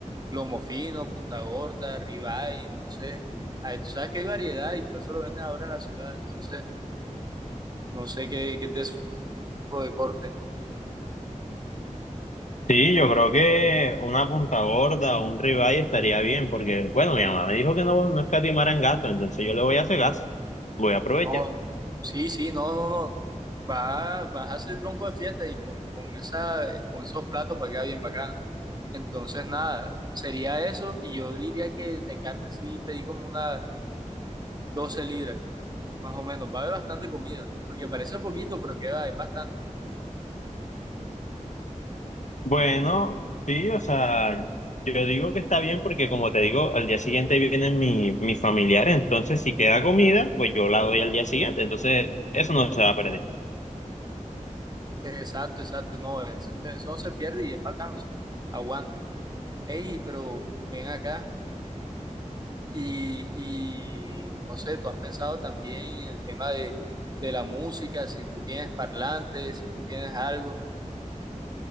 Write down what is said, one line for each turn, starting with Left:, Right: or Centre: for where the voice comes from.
Right: lomo fino, punta gorda, ribeye, no sé. Ahí tú sabes que hay variedad y todo eso lo venden ahora en la ciudad, entonces. No sé qué, qué es de su tipo de corte.
Left: Sí, yo creo que una punta gorda o un ribeye estaría bien, porque, bueno, mi mamá me dijo que no, no escatimaran gasto, entonces yo le voy a hacer gas, voy a aprovechar.
Right: No, sí, sí, no, no, no. Va, vas a hacer tronco de fiesta y con, con esa, con esos platos va a quedar bien bacana. Entonces, nada, sería eso. Y yo diría que de carne sí pedí como unas 12 libras, más o menos. Va a haber bastante comida, porque parece poquito, pero queda, es bastante.
Left: Bueno, sí, o sea, yo digo que está bien porque, como te digo, al día siguiente vienen mi, mis familiares, entonces si queda comida, pues yo la doy al día siguiente, entonces eso no se va a perder.
Right: Exacto, exacto. No, eso, eso no se pierde y es bacano, o sea, aguanta. Ey, pero ven acá. Y, y, no sé, tú has pensado también en el tema de, de la música, si tú tienes parlantes, si tú tienes algo.